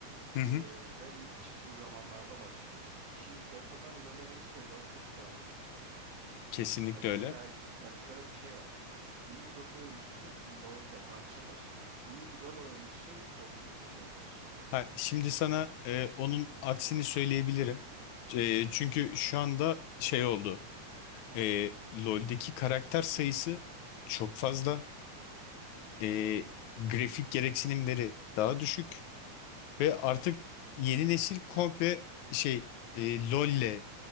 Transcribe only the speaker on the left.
Hı hı.
Kesinlikle
öyle.
Ha, şimdi sana e, onun aksini söyleyebilirim. E, çünkü şu anda şey oldu. E, LoL'deki karakter sayısı çok fazla. E, grafik gereksinimleri daha düşük ve artık yeni nesil komple şey e, LoL'le